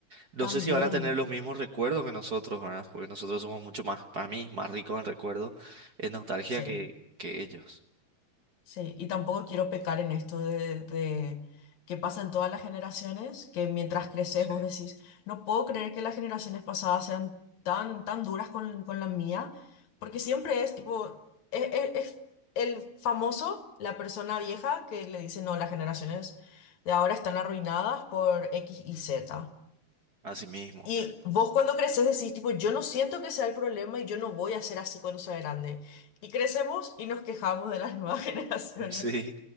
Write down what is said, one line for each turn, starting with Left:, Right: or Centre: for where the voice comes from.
Right: No
Left: También,
Right: sé si van a tener los mismos recuerdos que nosotros, ¿verdad? Porque nosotros somos mucho más, para mí, más ricos en recuerdos, en nostalgia
Left: sí.
Right: que, que ellos.
Left: Sí, y tampoco quiero pecar en esto de, de que pasa en todas las generaciones, que mientras creces
Right: Sí.
Left: vos decís, no puedo creer que las generaciones pasadas sean tan, tan duras con, con la mía, porque siempre es tipo, es, es- es el famoso, la persona vieja que le dice, no, las generaciones de ahora están arruinadas por X y Z.
Right: Así mismo.
Left: Y
Right: <laughs>
Left: vos cuando creces decís, tipo, yo no siento que sea el problema y yo no voy a ser así cuando sea grande. Y crecemos y nos quejamos de las nuevas <laughs> generaciones.
Right: Sí.